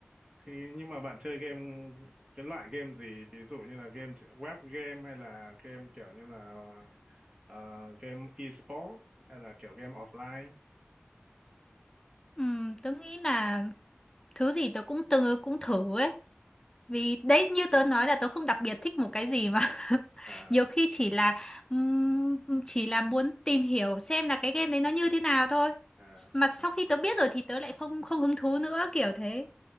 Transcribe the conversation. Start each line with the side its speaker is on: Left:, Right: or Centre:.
Right: thì nhưng mà bạn chơi game cái loại game gì? Ví dụ như là game web game hay là game kiểu như là ờ, ờ, game e-sport hay là kiểu game offline?
Left: Ừ, tớ nghĩ là thứ gì tớ cũng từng cũng thử ấy vì đấy như tớ nói là tớ không đặc biệt thích một cái gì mà <laughs>
Right: À,
Left: nhiều khi chỉ là ừm, chỉ là muốn tìm hiểu xem là cái game đấy nó như thế nào thôi
Right: à.
Left: mà sau khi tớ biết rồi thì tớ lại không không hứng thú nữa kiểu thế